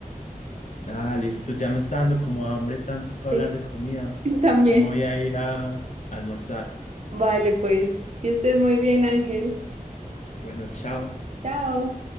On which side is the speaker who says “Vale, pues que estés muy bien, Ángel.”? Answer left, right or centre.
Right